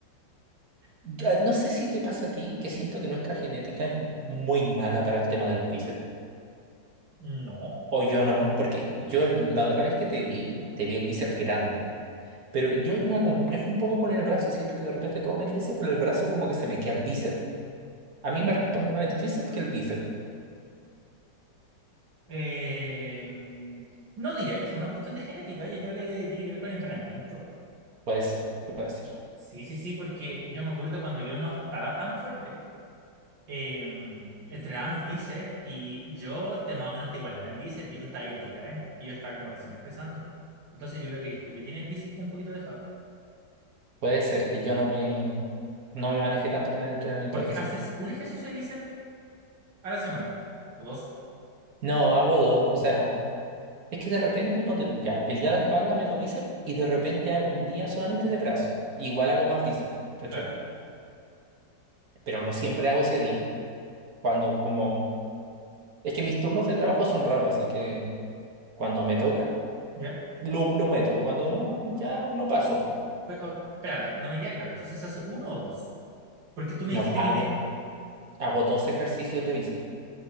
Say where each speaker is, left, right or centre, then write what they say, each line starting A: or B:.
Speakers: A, on the right; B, on the right.
A: Ya, no sé si te pasa a ti, que siento que nuestra genética es muy mala para el tema de los bíceps.
B: No.
A: O yo nomás, porque yo el- la otra vez que te vi, te vi el bíceps grande. Pero yo me acomplejo un poco con el brazo, siento que de repente todo me crece, pero el brazo como que se me queda el bíceps. A mí me responde más el tríceps que el bíceps.
B: Eh, no diría que fue una cuestión de genética, yo creo que tiene que ver con el entrenamiento.
A: Puede ser, puede ser.
B: Sí, sí, sí, porque yo me acuerdo cuando yo no estaba tan fuerte. eh, entrenábamos bíceps y yo te más o menos te igualaba en bíceps y tú estabas ahí en tu prime y yo estaba como recién empezando. Entonces yo creo que eres tú que tienes el bíceps con un poquito dejado.
A: Puede ser que yo no me, no me maneje tanto con el entrenamiento
B: Porque
A: de bíceps.
B: haces un ejercicio de bíceps a la semana. O dos,
A: No, hago dos, o sea, es que de repente ponte tú ya, el día de espalda meto bíceps y de repente hago un día solamente de brazo. Igual hago más bíceps, ¿cachai?
B: claro.
A: Pero no siempre hago ese día. Cuando como, es que mis turnos de trabajo son raros, así que cuando me toca,
B: ¿Ya?
A: lo, lo meto. Cuando no, ya lo paso.
B: Pero, oh, espérate, no me queda claro. Entonces haces uno o dos. Porque tú me
A: No,
B: dijiste
A: hago
B: que me...
A: Hago dos ejercicios de bíceps